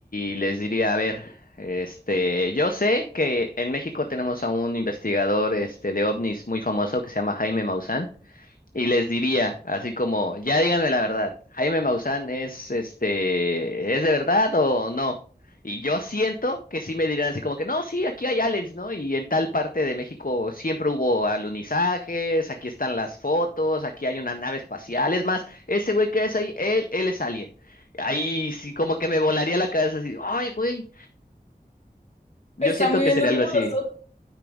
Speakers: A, on the left; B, on the left.
A: y les diría, a ver, este, yo sé que en México tenemos a un investigador, este, de ovnis muy famoso que se llama Jaime Maussan. y les diría, así como, ya díganme la verdad, Jaime Maussan es este, ¿es de verdad o no? Y yo siento que sí me dirán así como que, no, sí, aquí hay aliens, ¿no? Y en tal parte de México siempre hubo alunizajes, aquí están las fotos, aquí hay una nave espacial, es más, ese güey que es ahí, él, él es alien. Ahí sí como que me volaría la cabeza así, ay, güey, yo
B: Están
A: siento
B: viviendo
A: que sería
B: entre
A: algo así.
B: nosotros.